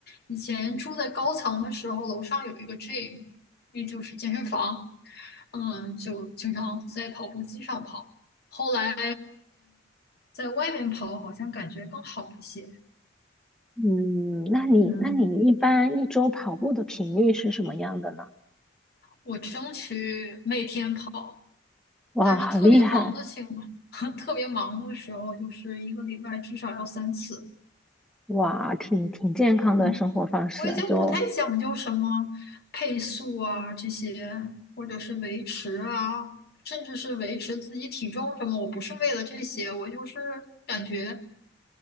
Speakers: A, on the left (about 55°); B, in the centre.
A: 以前住在高层的时候，楼上有一个 gym，也就是健身房，嗯，就经常在跑步机上跑。后来在外面跑，好像感觉更好一些。
B: 嗯，那你那你一般一周跑步的频率是什么样的呢？
A: 嗯，我争取每天跑，
B: 哇，
A: 但是特别忙的情况，
B: 好厉害！
A: <laughs> 特别忙的时候，就是一个礼拜至少要三次。
B: 哇，挺挺健康的生活方式，
A: 嗯，我已经不太讲究什么配速啊这些，
B: 就
A: 或者是维持啊，甚至是维持自己体重什么，我不是为了这些，我就是感觉